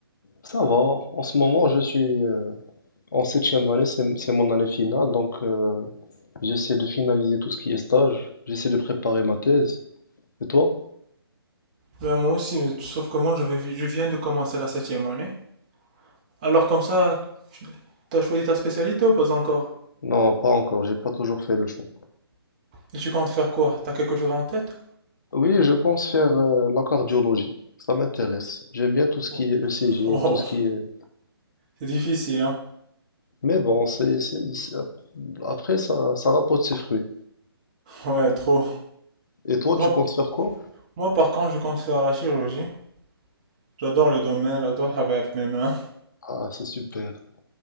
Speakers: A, on the left (about 50°); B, on the right (about 20°).
A: Ça va. En ce moment, je suis euh, en septième année. C'est, c'est mon année finale, donc euh, j'essaie de finaliser tout ce qui est stage. J'essaie de préparer ma thèse. Et toi?
B: Ben, moi aussi, mais sauf que moi je vais- je viens de commencer la septième année. Alors comme ça, t'as choisi ta spécialité ou pas encore?
A: Non, pas encore. J'ai pas toujours fait le choix.
B: Et tu comptes faire quoi? T'as quelque chose en tête?
A: Oui, je pense faire euh, la cardiologie. Ça m'intéresse. J'aime bien tout ce qui
B: Oh,
A: est ECG,
B: oh,
A: tout ce qui est...
B: c'est difficile, hein?
A: Mais bon, c'est, c'est- c'est- après, ça, ça rapporte ses fruits.
B: Ouais, trop.
A: Et toi,
B: Moi,
A: tu comptes faire quoi?
B: Moi, par contre, je compte faire la chirurgie. J'adore le domaine, j'adore travailler avec mes mains. <laughs>
A: Ah, c'est super.